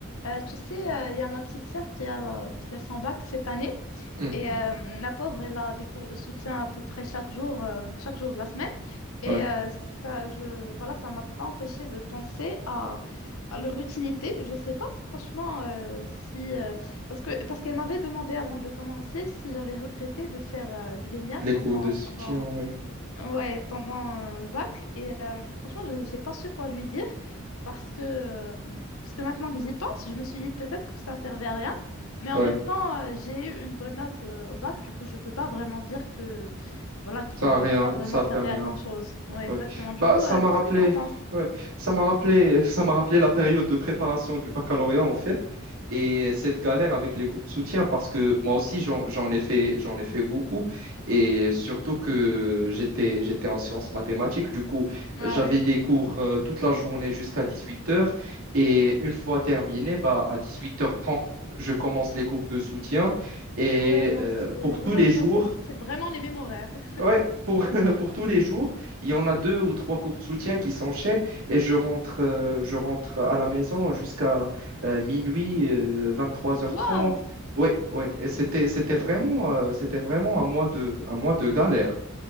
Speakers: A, on the left; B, on the right.
A: Euh, tu sais, euh, il y a ma petite sœur qui a, qui a son bac cette année.
B: Hmm,
A: Et euh, la pauvre, elle a des cours de soutien à peu près chaque jour, euh, chaque jour de la semaine. Et
B: ouais,
A: euh, ça, je, voilà, ça m'a pas empêché de penser à, à leur utilité. Je sais pas franchement euh, si... euh, parce que, parce qu'elle m'avait demandé avant de commencer si j'avais regretté de faire euh, les miens
B: les
A: pendant,
B: cours de soutien,
A: pendant
B: ouais,
A: ouais, pendant euh, le bac. Et euh, franchement, je- j'ai pas su quoi lui dire parce que, euh, parce que maintenant que j'y pense, je me suis dit peut-être que ça servait à rien. Mais en
B: ouais,
A: même temps, euh, j'ai eu une bonne note euh, au bac, du coup, je peux pas vraiment dire que, voilà, qu'ils
B: ça
A: m'ont
B: a rien,
A: pas vraiment
B: ça a
A: servi
B: permis,
A: à
B: hein,
A: grand-chose. Ouais,
B: ouais.
A: exactement. Du
B: Bah,
A: coup,
B: ça
A: euh,
B: m'a
A: qu'est-ce
B: rappelé,
A: que t'en penses?
B: ouais, ça m'a rappelé, <laughs> ça m'a rappelé la période de préparation du baccalauréat en fait. Et cette galère avec les cours de soutien, parce que moi aussi, j'en, j'en ai fait, j'en ai fait beaucoup. Et surtout que j'étais, j'étais en sciences mathématiques. Du coup,
A: Ah
B: j'avais
A: ouais.
B: des cours euh, toute la journée jusqu'à 18 heures, Et une fois terminé, bah, à 18h30, je commence les cours de soutien. Et
A: Ouais, moi
B: euh,
A: aussi. Ouh
B: pour tous
A: là
B: les jours,
A: là, c'est c'est vraiment les mêmes horaires. <laughs>
B: Ouais, pour, <laughs> pour tous les jours, il y en a deux ou trois cours de soutien qui s'enchaînent et je rentre, euh, je rentre à la maison jusqu'à euh, minuit, euh, trois heures trente.
A: Waouh!
B: Ouais, ouais, et c'était, c'était vraiment, euh, c'était vraiment un mois de, un mois de galère.